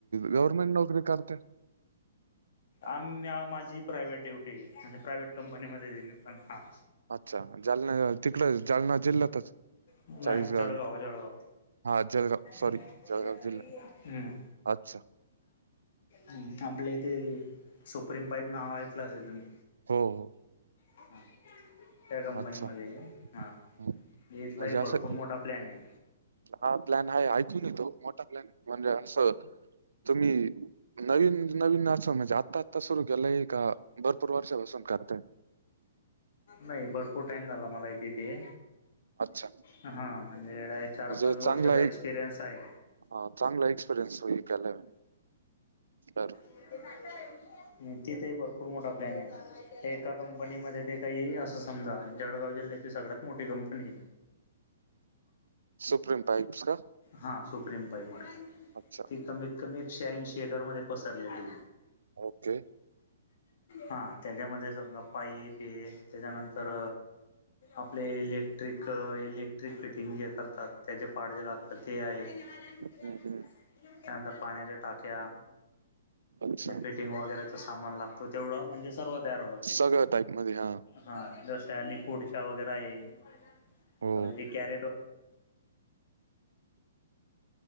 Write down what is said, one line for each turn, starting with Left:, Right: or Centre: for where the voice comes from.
Right: गव्हर्नमेंट नोकरी करता?
Left: आम्या माझी प्रायवहेट ड्युटी म्हणजे प्रायव्हेट कंपनीमध्ये मी पण हा.
Right: अच्छा जालना तिकडे जालना जिल्ह्यातच
Left: नाही
Right: चाळीसगाव
Left: जळगाव
Right: इकड
Left: जळगाव.
Right: हा जळगाव सॉरी
Left: हम्म.
Right: जळगाव जिल्हा अच्छा
Left: हम्म आपलं इथे सुप्रीम पाईप नाव ऐकला असेल तुम्ही
Right: हो हो.
Left: हा त्या कंपनी
Right: अच्छा
Left: मध्ये हा
Right: हम्म.
Left: इथला
Right: म्हणजे
Left: ही
Right: असं
Left: भरपूर मो हा प्लॅन आहे.
Right: हा प्लॅन आहे ऐकून येतो मोठा प्लॅन म्हणजे असं तुम्ही नवीन नवीन असा म्हणजे आत्ता आत्ता सुरू केलंय का भरपूर वर्षापासून करताय.
Left: नाही भरपूर टाइम झाला मला ही तिथे.
Right: अच्छा
Left: हा म्हणजे एढाये
Right: म्हणजे
Left: चार-पाच वर्षाचा
Right: चांगला एक
Left: एक्सपिरियन्स आहे.
Right: हा चांगला एक्सपिरियन्स होई त्याला बी बर बर.
Left: हम्म तिथे ही भरपूर मोठा प्लॅन आहे एका कंपनीमध्ये ने ताई असं समजा जळगाव जिल्ह्याची सगळ्यात मोठी कंपनी
Right: सुप्रीम पाईप्स का?
Left: हा सुप्रिम पायमर
Right: अच्छा
Left: ती कमीत कमी एक शे ऐंशी एकर मध्ये पसरलेली.
Right: ओके.
Left: हा त्याच्यामध्ये समजा पाइप पे त्याच्यानंतर आपले इलेक्ट्रिक इलेक्ट्रिक फिटिंग जे करतात त्याचे पार्ट जे लागतात ते आहे त्यानंतर
Right: हम्म, हम्म.
Left: पाण्याच्या टाक्या
Right: अच्छा
Left: जे पेटिंग वगैरेचं सामान लागतो तेवढा म्हणजे सर्व तयार होतात. तिथे
Right: सगळ्या टाईपमध्ये हा.
Left: हा जसं आणि कुडच्या वगैरे आहे आता
Right: हो
Left: जे कॅरेटर